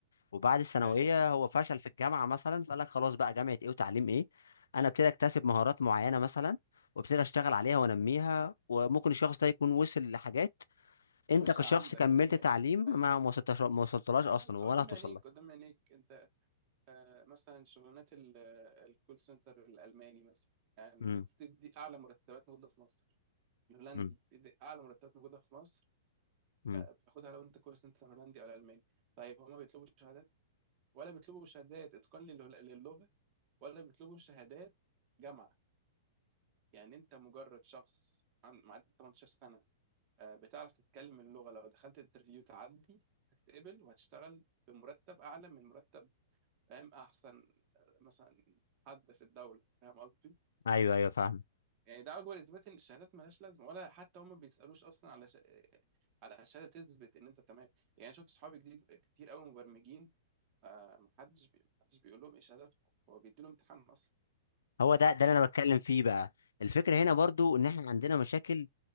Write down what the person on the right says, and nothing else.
ايوه
يا باشا
عندك
قدام عينيك
ايوه
لا لا قدام
عينيك
قدام عينيك انت آه، مثلا شغلانات ال- آه، الكول سنتر الالماني مثلا يعني
دي بتدي اعلى مرتبات موجوده في مصر الهولندي
بتدي اعلى مرتبات موجوده في مصر
آه، بتاخدها لو انت كول سنتر هولندي او الماني طيب هما بيطلبوا شهادات ولا بيطلبوا شهادات اتقان لل- للغه ولا بيطلبوا شهادات جامعه يعني انت مجرد شخص عن- معدي 18 سنه آه، بتعرف تتكلم اللغه لو دخلت انترفيو تعدي هتتقبل وهتشتغل بمرتب اعلى من مرتب فاهم احسن آه، مثلا حد في الدوله فاهم قصدي
يعني ده اكبر اثبات ان الشهادات ملهاش لازمه ولا حتى هم بيسالوش اصلا على ش... على شهاده تثبت ان انت تمام يعني شفت صحابي جديد كتير قوي مبرمجين آه محدش بي... محدش بيقول لهم ايه شهادتكم هو بيدي لهم امتحان اصلا
خش
امتحان